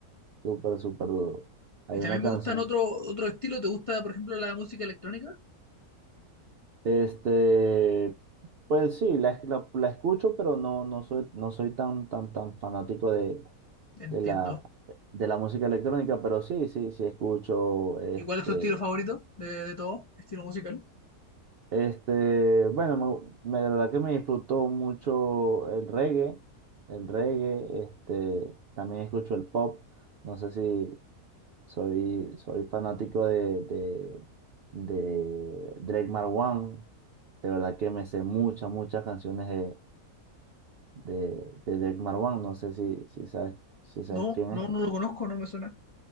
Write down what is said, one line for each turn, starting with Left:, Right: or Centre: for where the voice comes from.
Right: súper, súper duro. Hay
Left: Y también
Right: una canción.
Left: me gustan otro, otro estilo. ¿Te gusta, por ejemplo, la música electrónica?
Right: Este, pues sí, la, la- la escucho, pero no, no soy, no soy tan, tan, tan fanático de,
Left: Entiendo.
Right: de la, de la música electrónica, pero sí, sí, sí escucho. Este,
Left: ¿Y cuál es tu estilo favorito de, de todo? ¿Estilo musical?
Right: este, bueno, me, me- de verdad que me disfruto mucho el reggae. El reggae, este, también escucho el pop. No sé si, Soy, soy fanático de, de, de Drake Marwan. De verdad que me sé muchas, muchas canciones de, de, de Drake Marwan. No sé si, si sabes, si sabes
Left: No,
Right: quién
Left: no,
Right: es.
Left: no lo conozco, no me suena.